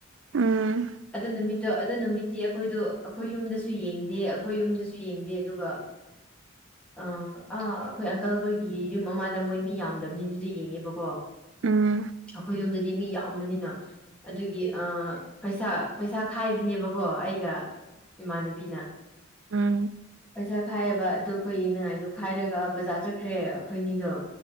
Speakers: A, on the right; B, in the centre.
A: ꯎꯝ
B: ꯑꯗꯨ ꯅꯨꯃꯤꯠꯇꯣ ꯑꯗꯨ ꯅꯨꯃꯤꯠꯇꯤ ꯑꯩꯈꯣꯏꯗꯣ ꯑꯩꯈꯣꯏ ꯌꯨꯝꯗꯁꯨ ꯌꯦꯡꯗꯦ ꯑꯩꯈꯣꯏ ꯌꯨꯝꯗꯁꯨ ꯌꯦꯡꯗꯦ ꯑꯗꯨꯒ
A: <inaudible>
B: ꯑꯥ ꯑ ꯑꯩꯈꯣꯏ ꯑꯪꯀꯜ ꯑꯩꯈꯣꯏꯒꯤ ꯌꯨꯝ ꯑꯃꯗ ꯃꯣꯏ ꯃꯤ ꯌꯥꯝꯗꯕꯅꯤꯅ ꯑꯗꯨꯗ ꯌꯦꯡꯉꯦꯕꯀꯣ
A: ꯎꯝ
B: ꯑꯩꯈꯣꯏ ꯌꯨꯝꯗꯗꯤ ꯃꯤ ꯌꯥꯝꯕꯅꯤꯅ ꯑꯗꯨꯒꯤ ꯑ ꯄꯩꯁꯥ ꯄꯩꯁꯥ ꯈꯥꯏꯕꯅꯦꯕꯀꯣ ꯑꯩꯒ ꯏꯃꯥꯟꯅꯕꯤꯅ
A: ꯎꯝ
B: ꯄꯩꯁꯥ ꯈꯥꯏꯌꯦꯕ ꯑꯗꯨ ꯑꯩꯈꯣꯏ ꯌꯦꯡꯅꯉꯥꯏꯗꫭ ꯈꯥꯏꯔꯒ ꯕꯖꯥꯔ ꯆꯠꯈ꯭ꯔꯦ ꯑꯩꯈꯣꯏꯅꯤꯗꯣ